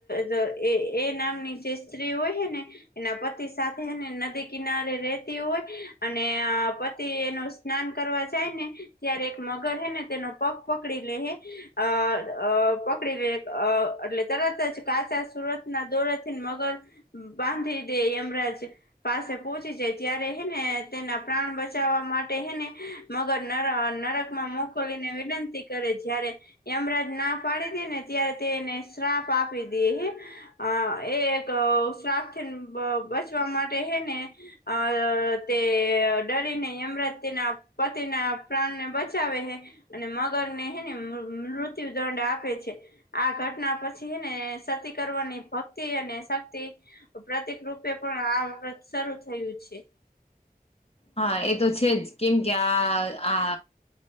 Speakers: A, on the left; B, on the left.
A: દ નામની જે સ્ત્રી હોય છે ને એના પતિ સાથે હેને નદી કિનારે રેતી હોય અને પતિએ નું સ્નાન કરવા જાય ને ત્યારે એક મગર હે ને તેનો પગ પકડી લેહે. અ અઅ પકડી લે. અઅ એટલે તરત જ કાચા સુરતના દોરેથી મગર બાંધી દે. યમરાજ પાસે પહોંચી જાય. ત્યારે હેને તેના પ્રાણ બચાવવામાં માટે હેને મગર નર-નરકમાં મોકલીને વિનંતી કરે જ્યારે યમરાજ ના પાડી દે ને ત્યારે તે એને શ્રાપ આપી દે હે. અ એ એક સાપથીન બ-બચવા માટે હે ને અ તે અ ડરીને યમરા તેના પતિના પ્રાણને બચાવે હે અને મગર ને હે ને મૃ-મૃત્યુ ડ આપે છે. આ ઘટના પછી હેને સતી કરવાની ભક્તિ અને શક્તિ પ્રતિક રૂપે પણ આ વ્રત શરૂ થયું છે.
B: હા એ તો છે જ કેમ કે આ આ